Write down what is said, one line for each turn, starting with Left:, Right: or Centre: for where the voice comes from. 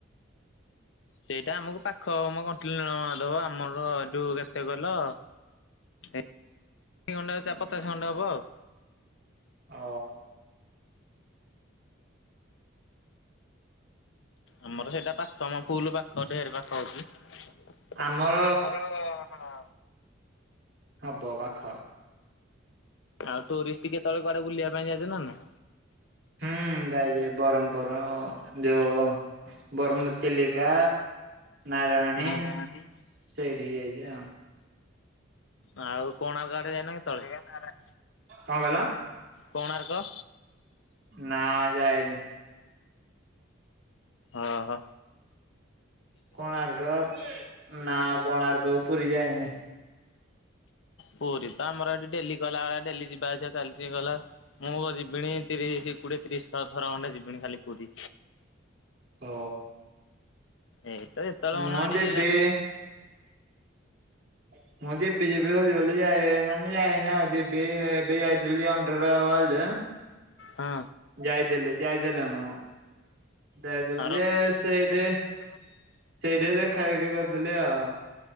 Left: ସେଇଟା ଆମକୁ ପାଖ ହବ ମ କଣ୍ଟିଲ ନୀଳମାଧବ ଆମର ଏ ଯୋଉ କେତେ କହିଲ? ଏଇ ତିନି <unintelligible> ପଚାଶ ଖଣ୍ଡେ ହବ ଆଉ।
Right: ଅ।
Left: ଆମର ସେଇଟା ପାଖ ଆମ ଫୁଲ ପାଖ ଢେର ପାଖ ହଉଚି।
Right: ଆମର
Left: ଆମର ହଁ।
Right: ହବ ପାଖ।
Left: ଆଉ ଟୁରିଷ୍ଟ କେ ତଳେ କୁଆଡେ ବୁଲିବା ପାଇଁ ଯାଉଛ ନା?
Right: ହୁଁ ଯାଇଚି ବରମପୁର ଯଉ ବର୍ମ ଚିଲିକା ନାରାୟଣୀ
Left: ହୁଁ
Right: ସେଇଠି କି ଯାଇଛି ଆଉ।
Left: ଆଉ କୋଣାର୍କ ଆଡେ ଯାଇନ କେତଳେ?
Right: କଁ କହିଲ?
Left: କୋଣାର୍କ।
Right: ନା ଯାଇନି।
Left: ଓ ହୋ।
Right: କୋଣାର୍କ ନା କୋଣାର୍କ ପୁରୀ ଯାଇନି।
Left: ପୁରୀ ତ ଆମର ଏଠି ଡେଲି କହିଲାବଳିଆ ଡେଲି ଯିବା ଆସିବା ଚାଲିଚି ଗଲା। ମୁଁ ପା ଯିବିଣୀ ତିରିଶ କୋଡିଏ ତିରିଶ ଥର ଖଣ୍ଡେ ଯିବିଣୀ ଖାଲି ପୁରୀ।
Right: ଓ।
Left: ଏଇ ତ ଯେତେବେଳେ
Right: ମୁଁ
Left: ମନ ଏଠି
Right: ଯିବି
Left: ରା
Right: <unintelligible> ମୁଁ ଯିବି ଯିବି ହଉଛି ବୋଲି ଯା ମାନେ ଯାଇନି ଆଉ ଯିବି ଏବେ ଯାଇଥିଲି ଅଣ୍ଡର ୱାଲ୍ଡ୍
Left: ହଁ।
Right: ଯାଇଥିଲି ଯାଇଥିଲି ମୁଁ। ଯାଇଥିଲୁ
Left: ର
Right: ଯେ ସେଇଟି
Left: <unintelligible>
Right: ସେଇଠି ଦେଖାହେଇକି କରିଥିଲି ଆଉ।